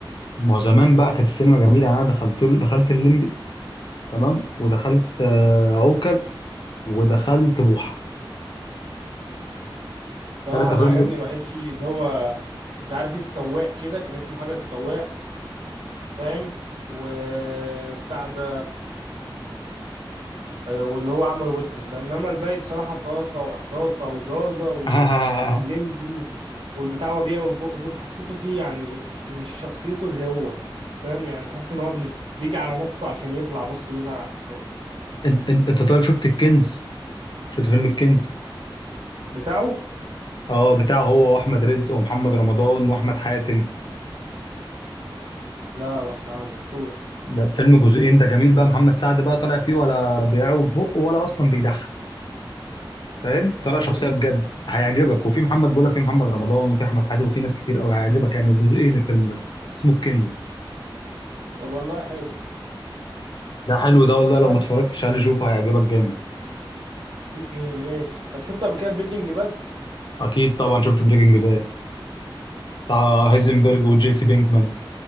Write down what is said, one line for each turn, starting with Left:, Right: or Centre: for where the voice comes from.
Left: ما هو زمان بقى كانت السينما جميله انا دخلت له دخلت الليمبي تمام ودخلت آه، عوكل ودخلت بوحه
Right: بصراحه
Left: ثلاث
Right: اللي
Left: افلام
Right: عجبني
Left: دول
Right: الوحيد فيه ان هو مش عارف ايه السواق كده كان اسمه حاجه السواق فاهم وبتاع ده أه، واللي هو عمله بوشكاش ده انما الباقي بصراحه طاطا وعطاطا وزازا و...
Left: <laughs> اه
Right: واللمبي والبتاع هو بيعوج بقه دول حسيته فيه يعني مش شخصيته اللي هو فاهم يعني حاسس ان هو بي... بيجي على نفسه عشان يطلع بس ويظهر على الشاشه
Left: انت انت انت طيب شفت الكنز شفت فيلم الكنز
Right: بتاعه
Left: اه بتاعه هو واحمد رزق ومحمد رمضان واحمد حاتم
Right: لا ما الصراحة ما شفتوش
Left: ده فيلم جزئين ده جميل بقى محمد سعد بقى طالع فيه ولا بيعوج بقه ولا اصلا بيضحك فاهم
Right: امم
Left: طالع شخصيه بجد هيعجبك وفي محمد بقول لك في محمد رمضان وفي احمد حاتم وفي ناس كتير قوي هيعجبك يعني وجزئين الفيلم ده اسمه الكنز
Right: طب والله حلو
Left: ده حلو ده والله لو
Right: طيب
Left: ما اتفرجتش عليه شوفه هيعجبك جامد
Right: سم... مم. ماشي طب شفت قبل كده بريكنج باد
Left: اكيد طبعا شفت بريكنج باد بتاع هايزنبرج
Right: امم
Left: وجيسي بينكمان